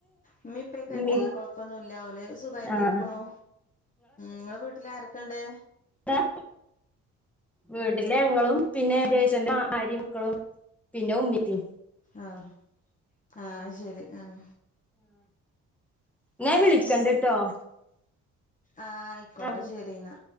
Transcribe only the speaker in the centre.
ഇമ്മീ
ആഹ്
ഏഹ് വീട്ടില് ഞങ്ങളും പിന്നെ ജേഷ്ഠന്റെ ഭാര്യ മക്കളും പിന്നെ ഉമ്മീം ഉപ്പി
ന്നാ ഞാ വിളിക്കണ്ട്ട്ടോ
ആ